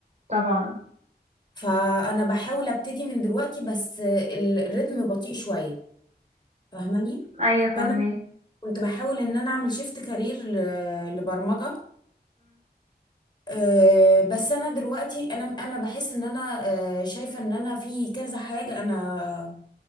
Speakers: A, on the right; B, on the left.
A: طبعا
B: فانا بحاول ابتدي من دلوقتي بس الريتم بطيء شويه فاهماني
A: ايوه فاهمه
B: فانا كنت بحاول ان انا اعمل شيفت كارير ل- لبرمجه آه، بس انا دلوقتي انا انا بحس ان انا آه، شايفه ان انا في كذا حاجه انا